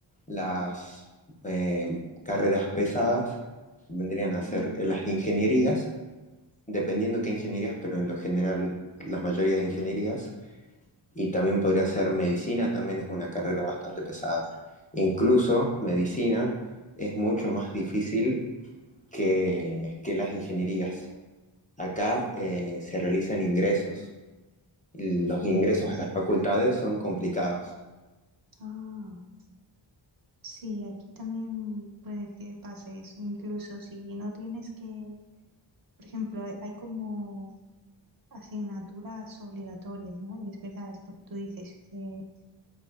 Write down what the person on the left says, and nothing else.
las eh, carreras pesadas vendrían a
ser las ingenierías, dependiendo qué ingenierías, pero en lo general las mayorías de ingenierías, y también podría ser medicina, también es una carrera bastante pesada. Incluso medicina es mucho más difícil que, que las ingenierías. Acá eh, se realizan ingresos y los
ingresos a las facultades son complicados.